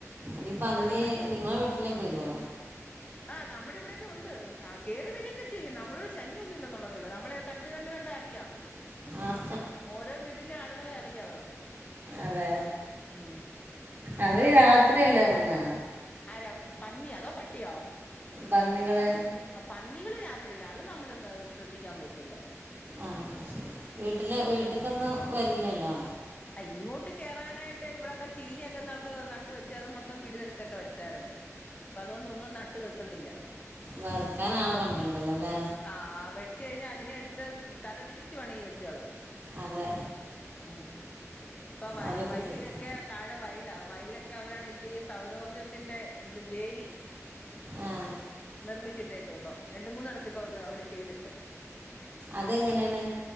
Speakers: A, on the right (about 40°); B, on the left (about 25°).
A: എടി പന്നി
B: അതൊരു ഫൈ
A: നിങ്ങളെ വീട്ടിലെക്കെ വരുവോ?
B: ആഹ് നമ്മടെ ഇവിടെയൊക്കെ ഒണ്ട് ആഹ് കേറി വരിയൊക്കെ ചെയ്യും നമ്മളൊ ശല്യൊന്നുല്ലന്നുള്ളതേ ഒള്ളൂ നമ്മളെ കണ്ട് കണ്ട് കണ്ട് അറിയാം
A: ആഹ
B: ഓരോ വീട്ടിലെ ആളുകളെ അറിയാ അവർക്ക്
A: അതെ
B: ഉം
A: അവര്
B: നമ്മള്
A: രാത്രിയല്ലേ എറങ്ങാ
B: ആരാ പന്നിയാ അതോ പട്ടിയോ
A: പന്നികള്
B: ആഹ് പന്നികള് രാത്രിയിലാ അത് നമ്മള് ക് ശ്രദ്ധിക്കാൻ പോകത്തില്ലാ
A: ആഹ് ശരി വീട്ടിലെ വീട്ട്ക്കൊന്നും വെരില്ലല്ലോ
B: ആഹ് ഇങ്ങോട്ട് കേറാനായിട്ട് ഇവിടൊക്കെ ചീനിയൊക്കെ ഇന്നാൾക്ക് നട്ട് വെച്ച് അത് മൊത്തം പിഴ്തെടുത്തൊക്കെ വെച്ചായിരുന്നു അപ്പൊ അതുകൊണ്ട് ഒന്നും നട്ട് വെക്കുന്നില്ല
A: വറക്കാൻ ആളെ കൊണ്ടൊരണ്ടല്ലോല്ലേ
B: ആഹ് വെച്ച് കഴിഞ്ഞാ അതിനെ എടുത്ത് തലതിരിച്ച് വേണെങ്കി വെച്ച് കളയും.
A: അതെ
B: ആഹ് ഇപ്പൊ വ
A: അതൊക്കെ
B: വയലിലൊക്കെ
A: ചെയ്യും
B: താഴെ വയലാ വയലൊക്കെ അവരാണ് ഇപ്പൊ ഈ സൗരോർജ്ജത്തിന്റെ ഇത് വേലി
A: ആഹ്
B: നിർമ്മിച്ചിട്ടേക്കുവ ഇപ്പം രണ്ട് മൂന്നിടത്തിപ്പൊ അത് അവര് ചെയ്തിട്ട്
A: അതെങ്ങനെയാണ്